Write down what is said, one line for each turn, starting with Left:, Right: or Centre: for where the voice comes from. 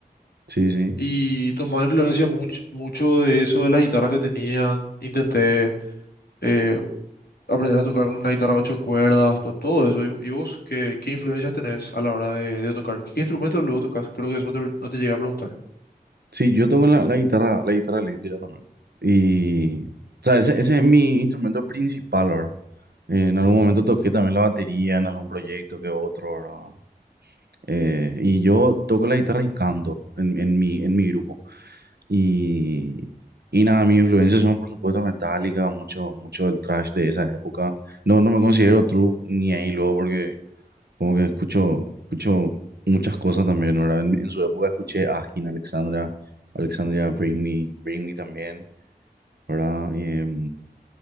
Right: Sí, sí.
Left: Y tomaba influencia mucho, mucho de eso, de las guitarras que tenían. Intenté eh, aprender a tocar una guitarra a ocho cuerdas, to- todo eso. ¿Y, y vos qué, qué influencias tenés a la hora de, de tocar? ¿Qué instrumento luego tocas? Creo que eso no te, no te llegué a preguntar.
Right: Sí, yo toco la, la guitarra, la guitarra eléctrica también. Y, o sea, ese, ese es mi instrumento principal, ¿verdad? Eh, en algún
Left: Ujú,
Right: momento toqué también la batería en algún proyecto que otro, ¿verdad? Eh, y yo toco la guitarra y canto en, en mi, en mi grupo. Y, y nada, mis influencias son, por supuesto, Metallica, mucho, mucho del thrash de esa época. No, no me considero true ni ahí luego porque como que escucho, escucho muchas cosas también, ¿verdad? En, en su época escuché Askin, Alexandra, Alexandria Britney, Britney también, ¿verdad? Y, em,